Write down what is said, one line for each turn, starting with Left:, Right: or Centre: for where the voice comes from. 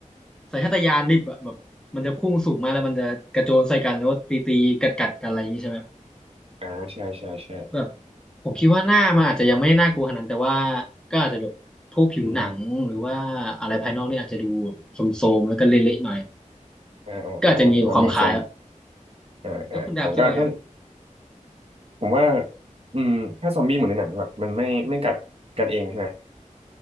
Centre: สัญชาตญาณดิบอะแบบมันจะพุ่งสูงมาแล้วมันจะกระโจนใส่กันแล้วตีตีกัดกัดๆกันอะไรอย่างนี้ใช่ไหม
Right: อ่าใช่ใช่ใช่
Centre: แบบผมคิดว่าหน้ามันอาจจะยังไม่ได้น่ากลัวขนาดนั้นแต่ว่าก็อาจจะแบบพวกผิวหนังหรือว่าอะไรภายนอกนี่อาจจะดูโทรมๆแล้วก็เละๆหน่อย
Right: อืมอ่าอ่าอ่าถือว่า
Centre: ก็อาจจะมีความคล้ายอะ
Right: make sense อ่าอ่าผมก็น่า
Centre: แล้วคุณดาบคิดว่าไงครับ
Right: ผมว่าอืมถ้าซอมบี้เหมือนในหนังแบบมันไม่ไม่กัดกันเองใช่ไหม